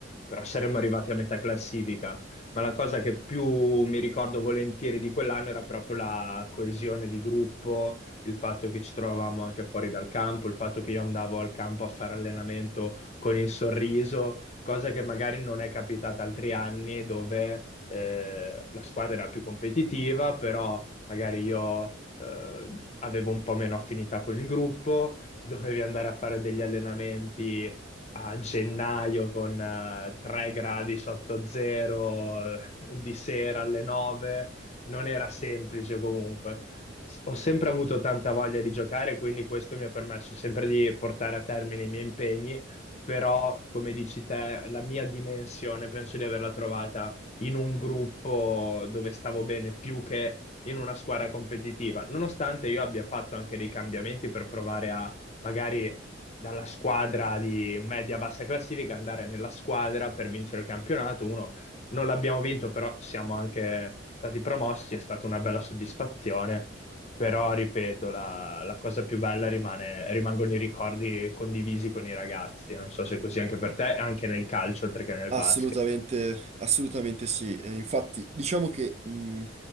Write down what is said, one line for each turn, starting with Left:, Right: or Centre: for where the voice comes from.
Left: però saremmo arrivati a metà classifica. Ma la cosa che più mi ricordo volentieri di quell'anno era proprio la coesione di gruppo, il fatto che ci trovavamo anche fuori dal campo, il fatto che io andavo al campo a fare allenamento con il sorriso, cosa che magari non è capitata altri anni dove eh, la squadra era più competitiva, però magari io eh, avevo un po' meno affinità con il gruppo, dovevi andare a fare degli allenamenti a gennaio con eh, 3 gradi sotto zero eh, di sera alle 9, non era semplice comunque. S- Ho sempre avuto tanta voglia di giocare, quindi questo mi ha permesso sempre di portare a termine i miei impegni, però, come dici te, la mia dimensione penso di averla trovata in un gruppo dove stavo bene più che in una squadra competitiva, nonostante io abbia fatto anche dei cambiamenti per provare a magari dalla squadra di media-bassa classifica andare nella squadra per vincere il campionato. Uno non l'abbiamo vinto, però siamo anche stati promossi, è stata una bella soddisfazione. Però, ripeto, la, la cosa più bella rimane, rimangono i ricordi condivisi con i ragazzi. Non so se è così anche per te, anche nel calcio, oltre che nel
Right: Assolutamente,
Left: basket.
Right: assolutamente sì. Eh, infatti, diciamo che mh,